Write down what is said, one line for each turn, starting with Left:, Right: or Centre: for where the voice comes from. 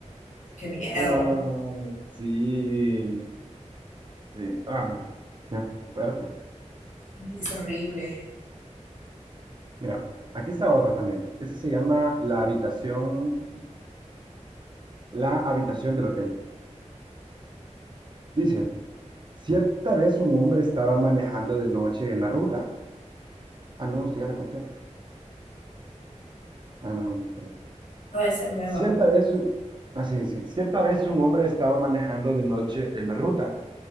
Left: Qué miedo.
Right: Ah, sí, sí. Ay, qué fuerte.
Left: Sí, es horrible.
Right: Mira, aquí está otra también. Esta se llama la habitación, la habitación del hotel. Dice, cierta vez un hombre estaba manejando de noche en la ruta. Ah, no, usted ya la contaba. Ah, no, no, no. perdón.
Left: No, esa es nueva.
Right: Cierta vez, u- ah, sí, sí. Cierta vez un hombre estaba manejando de noche en la ruta.